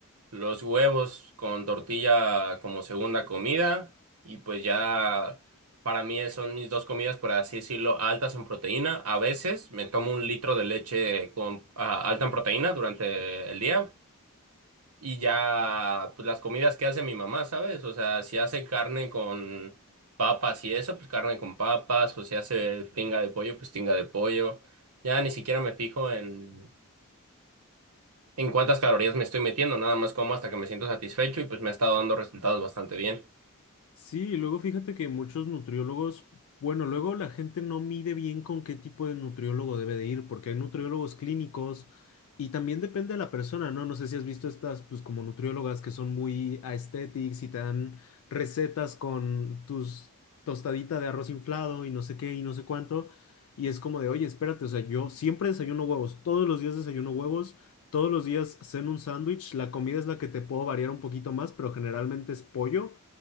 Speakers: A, on the right; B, on the left.
A: los huevos con tortilla como segunda comida y pues ya para mí es- son mis dos comidas, por así decirlo, altas en proteína. A veces me tomo un litro de leche con, ah, alta en proteína durante el día y ya, pues las comidas que hace mi mamá, ¿sabes? O sea, si hace carne con papas y eso, pues carne con papas, o si hace tinga de pollo, pues tinga de pollo. Ya ni siquiera me fijo en, en cuántas calorías me estoy metiendo, nada más como hasta que me siento satisfecho y pues me ha estado dando resultados bastante bien.
B: Sí, y luego fíjate que muchos nutriólogos, bueno, luego la gente no mide bien con qué tipo de nutriólogo debe de ir, porque hay nutriólogos clínicos y también depende de la persona, ¿no? No sé si has visto estas, pues como nutriólogas que son muy aesthetics y te dan recetas con tus tostadita de arroz inflado y no sé qué y no sé cuánto, y es como de, oye, espérate, o sea, yo siempre desayuno huevos, todos los días desayuno huevos. Todos los días ceno un sándwich, la comida es la que te puedo variar un poquito más, pero generalmente es pollo.